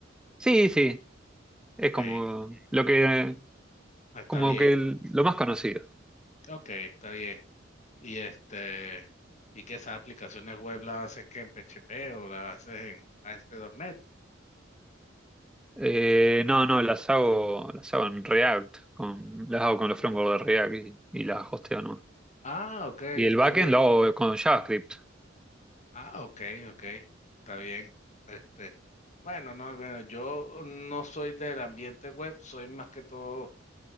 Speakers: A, in the centre; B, on the left (about 40°).
A: Sí, sí, es
B: Ok,
A: como lo que,
B: ah, está
A: como
B: bien.
A: que el- lo más conocido.
B: Ok, está bien. Y este, y que esas aplicaciones web las haces que en PHP o las haces en a ASP.NET.
A: Eh, no, no, las hago, las hago en React, con, las hago con los frameworks de React y, y las hosteo, ¿no?
B: Ah, ok, está
A: Y el backend
B: bien.
A: lo hago con JavaScript.
B: Ah, ok, ok, está bien. Este, bueno, no, bueno, yo no soy del ambiente web, soy más que todo